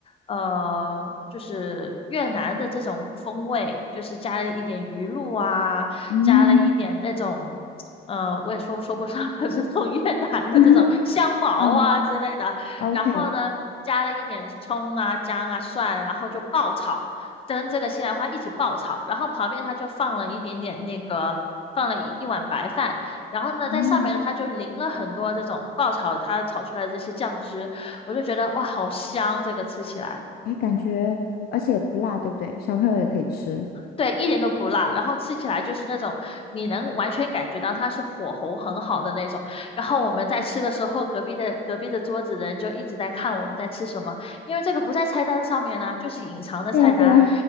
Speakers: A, on the left; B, on the left.
A: 呃，就是越南的这种风味，就是加了一点鱼露啊，
B: 嗯
A: 加了一点那种，呃，我也说说不上来 <laughs> 这种越南的这种香茅啊之类的，
B: <laughs> 嗯，OK，
A: 然后呢，加了一点葱啊、姜啊、蒜，然后就爆炒。跟这个西兰花一起爆炒，然后旁边它就放了一点点那个。放了一一碗白饭，然后呢，
B: 哦，
A: 在上面呢，它就淋了很多这种爆炒它炒出来的这些酱汁，我就觉得哇，好香！这个吃起来，
B: 哎，感觉而且也不辣，对不对？小朋友也可以吃。
A: 对，一点都不辣，然后吃起来就是那种你能完全感觉到它是火候很好的那种。然后我们在吃的时候，隔壁的隔壁的桌子的人就一直在看我们在吃什么，因为这个不在菜单上面呢、就是隐藏的菜单。
B: 对呀，对呀。